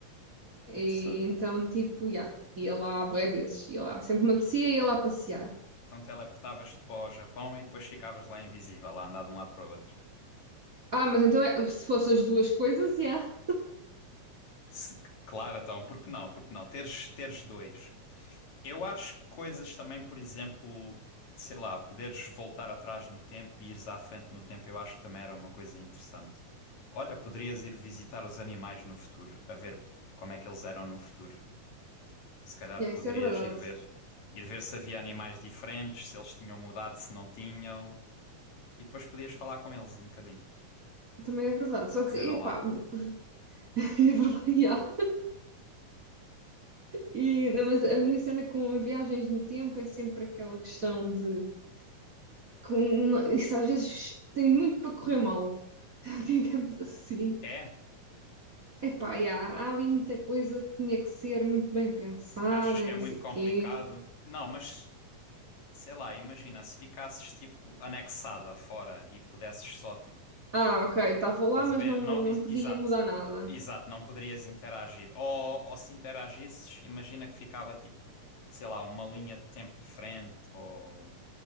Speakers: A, on the right; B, on the left.
A: e,
B: interessante.
A: então, tipo, yeah, ia lá bué vezes, ia lá.
B: A-
A: Sempre me apetecia, ia lá passear.
B: Então teleportavas-te para o Japão e depois ficavas lá invisível, a andar de um lado para o outro.
A: Ah, mas então é- se fossem as duas coisas, yeah.
B: Se- claro, então, porque não? Porque não? Teres, teres dois. Eu acho que coisas também, por exemplo, sei lá, poderes voltar atrás no tempo e ires à frente no tempo, eu acho que também era uma coisa interessante. Olha, poderias ir visitar os animais no futuro, a ver como é que eles eram no futuro. Se calhar
A: Yeah,
B: poderias
A: isso é verdade.
B: ir ver, ir ver se havia animais diferentes, se eles tinham mudado, se não tinham. E depois podias falar com eles um bocadinho.
A: Também é verdade. Só que,
B: Dizer
A: epá,
B: olá.
A: <laughs> é verdade, yeah. E, não, mas a minha cena com viagens no tempo é sempre aquela questão de... Com, isso às vezes tem muito para correr mal, <laughs> digamos assim.
B: É?
A: Epá, yeah, há ali muita coisa que tinha que ser muito bem pensada
B: Achas que
A: e
B: é
A: não
B: muito
A: sei
B: complicado?
A: o quê.
B: Não, mas sei lá, imagina se ficasses tipo anexada fora e pudesses só tipo.
A: Ah, ok, estava lá,
B: Estás
A: mas
B: a ver?
A: não,
B: Não,
A: não
B: e-
A: podia
B: exato.
A: mudar nada.
B: Exato, não poderias interagir. Ou, ou se interagisses, imagina que ficava tipo, sei lá, uma linha de tempo diferente ou